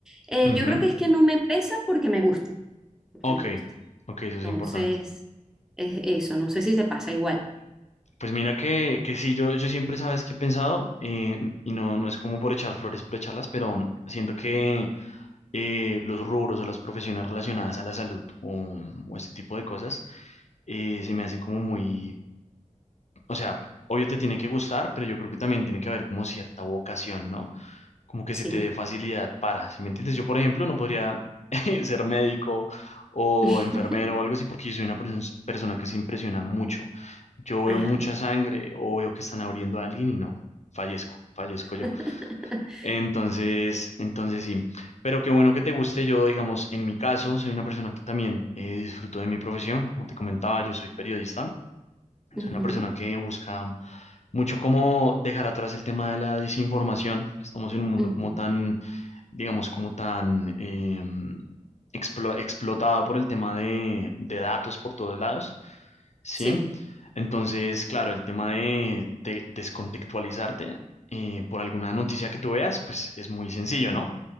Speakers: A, in the centre; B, on the left.
A: eh,
B: Ujú.
A: yo creo que es que no me pesa porque me gusta, porque
B: Ok,
A: me gusta.
B: ok, eso es
A: Entonces,
B: importante.
A: es eso, no sé si te pasa igual.
B: Pues mira que, que sí, yo, yo siempre sabes que he pensado, eh, y no, no es como por echar flores, por echarlas, pero siento que eh, los rubros o las profesiones relacionadas a la salud o, o este tipo de cosas eh, se me hace como muy, o sea, obvio te tiene que gustar, pero yo creo que también tiene que haber como cierta vocación, ¿no? como que
A: Sí.
B: se te dé facilidad para, si me entiendes? Yo, por ejemplo, no podría <laughs> ser médico o
A: <laughs>
B: enfermero o algo así porque yo soy una perso- persona que se impresiona mucho. Yo veo
A: Ah.
B: mucha sangre o veo que están abriendo a alguien y no, fallezco, fallezco yo.
A: <laughs>
B: Entonces, entonces sí, pero qué bueno que te guste. Yo, digamos, en mi caso, soy una persona que también eh, disfruto de mi profesión. Como te comentaba, yo soy periodista. Soy
A: Ujú,
B: una persona que busca mucho cómo dejar atrás el tema de la desinformación. Estamos en un mundo
A: ujú.
B: como tan digamos, como tan eh, explo- explotado por el tema de, de datos por todos lados, ¿sí?
A: Sí,
B: Entonces, claro, el tema de, de descontextualizarte eh, por alguna noticia que tú veas, pues es muy sencillo, ¿no?